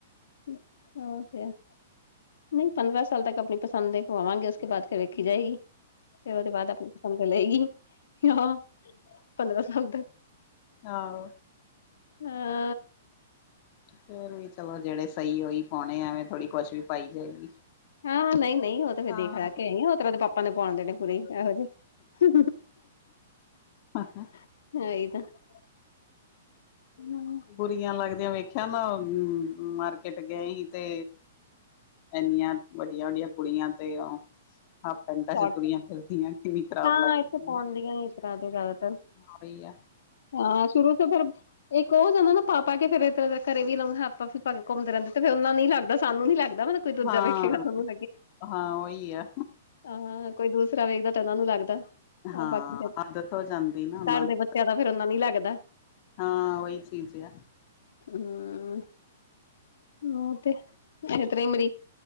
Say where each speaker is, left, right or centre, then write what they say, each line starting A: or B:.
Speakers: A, on the left; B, on the left.
A: ਓ ਤੇ ਹੈ, ਨਹੀਂ ਪੰਦਰਾਂ ਸਾਲ ਤੱਕ ਆਪਣੀ ਪਸੰ ਪਸੰਦ ਦੇ ਪਵਾਵਾਂਗੇ, ਉਸਕੇ ਬਾਅਦ ਫਿਰ ਵੇਖੀ ਜਾਏਗੀ। ਫਿਰ ਉਹਦੇ ਬਾਅਦ ਆਪਣੀ ਪਸੰਦ ਲਏਗੀ ਹਾਂ, ਪੰਦਰਾਂ ਸਾਲ ਤੱਕ।
B: ਆਹੋ।
A: ਹਾਂ।
B: ਫੇਰ ਵੀ ਚਲੋ ਜਿਹੜੇ ਸਹੀ ਉਹੀ ਪਾਉਣੇ ਐਵੇਂ ਥੋੜੀ ਕੁਛ ਵੀ ਪਾਈ ਜਾਏਗੀ।
A: ਹਾਂ ਨਹੀਂ ਨਹੀਂ ਉਹ ਤੇ ਫੇਰ
B: ਹਾਂ
A: ਦੇਖ ਰਾਖ ਕੇ ਆਈ ਆ, ਉਹ ਤਰਾ ਉਹਦੇ ਪਾਪਾ ਨੇ ਪਾਉਣ ਦੇਣੇ। ਨਹੀਂ ਐਹੋ ਜਹੇ।
B: ਹਛਾ
A: <unintelligible>
B: ਬੁਰੀਆਂ ਲੱਗਦੀਆਂ ਵੇਖਿਆ ਨਾ, ਮਾਰਕੀਟ ਗਏ ਹੀ ਤੇ ਐਨੀਆਂ ਵੱਡੀਆਂ ਵੱਡੀਆਂ ਕੁੜੀਆਂ ਤੇ ਓ ਹਾਫ ਪੈਂਟਾਂ
A: ਸ਼ਾਰਟ
B: ਚ ਤੁਰੀਆਂ ਫਿਰਦੀਆਂ ਕਿੰਨੀ ਖਰਾਬ
A: ਹਾਂ
B: ਲੱਗਦੀਆਂ।
A: ਇੱਥੇ ਪਾਉਂਦੀਆਂ ਹੀ ਇਸ ਤਰ੍ਹਾਂ ਦੇ ਜ਼ਿਆਦਾਤਰ
B: ਆ ਓਹੀ ਆ।
A: ਹਾਂ ਸ਼ੁਰੂ ਤੋਂ ਫਿਰ ਇੱਕ ਉਹ ਜਾਂਦਾ ਨਾ ਪਾ ਪਾ ਕੇ ਫਿਰ ਇੱਧਰ ਘਰੇ ਵੀ ਹਾਫ-ਹਾਫ ਪਾ ਕੇ ਘੁੰਮਦੇ ਰਹਿੰਦੇ, ਫਿਰ ਉਹਨਾ ਨੀ ਲੱਗਦਾ ਸਾਨੂੰ ਨੀ ਲੱਗਦਾ ਲੱਗਦਾ, ਮਤਲਬ ਕੋਈ ਦੂਜਾ
B: ਹਾਂ,
A: ਵੇਖੇਗਾ ਤੁਹਾਨੂੰ
B: ਹਾਂ ਉਹੀ ਆ।
A: ਹਾਂ ਹਾਂ, ਕੋਈ ਦੂਸਰਾ ਵੇਖਦਾ ਤਾਂ ਉਹਨਾਂ ਨੂੰ ਲੱਗਦਾ।
B: ਹਾਂ
A: ਬਾਕੀ ਫਿਰ,
B: ਆਦਤ ਹੋ ਜਾਂਦੀ ਨਾ ਉਹਨਾਂ
A: ਘਰ
B: ਨੂੰ
A: ਦੇ ਬੱਚਿਆਂ ਦਾ ਫੇਰ ਓਨਾ ਨੀ ਲੱਗਦਾ।
B: ਹਾਂ ਉਹਹੀ ਚੀਜ਼ ਹੈ
A: ਹਮ ਉ ਤੇ ਇਸ ਤਰ੍ਹਾਂ ਮਰੀ